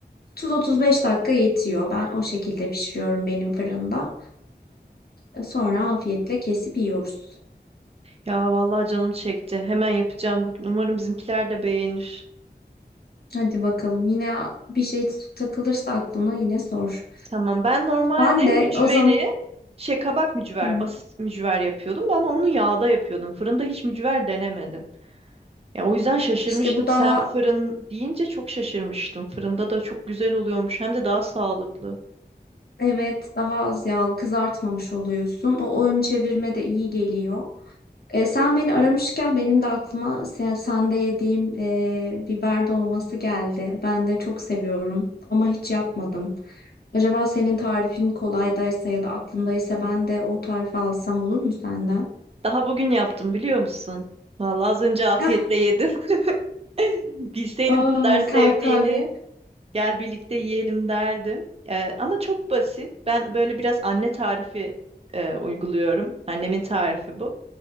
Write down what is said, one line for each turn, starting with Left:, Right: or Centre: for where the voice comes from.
Left: 30-35 dakika yetiyor. Ben o şekilde pişiriyorum benim fırında. E, Sonra afiyetle kesip yiyoruz.
Right: Ya vallahi canım çekti. Hemen yapacağım bugün. Umarım bizimkiler de beğenir.
Left: Hadi bakalım yine bir şey takılırsa aklına yine sor.
Right: Tamam. Ben normalde
Left: Ben de
Right: mücveri
Left: o zaman
Right: şey kabak mücver,
Left: Hı hı.
Right: basit mücver yapıyordum ama onu yağda yapıyordum. Fırında hiç mücver denemedim. Ya o yüzden şaşırmıştım.
Left: işte bu daha
Right: Sen fırın deyince çok şaşırmıştım. Fırında da çok güzel oluyormuş. Hem de daha sağlıklı.
Left: evet daha az yağlı kızartmamış oluyorsun. O ön çevirme de iyi geliyor. E, sen beni aramışken benim de aklıma sen, sende yediğim e, biber dolması geldi. Ben de çok seviyorum ama hiç yapmadım. Acaba senin tarifin kolaydaysa ya da aklındaysa ben de o tarifi alsam olur mu senden?
Right: Daha bugün yaptım biliyor musun? Vallahi az önce afiyetle
Left: Ah,
Right: yedim. <laughs> Bilseydim
Left: aa,
Right: bu kadar sevdiğini
Left: kalp kalbe
Right: gel birlikte yiyelim derdim. Ee, ama çok basit. Ben böyle biraz anne tarifi e, uyguluyorum. Annemin tarifi bu.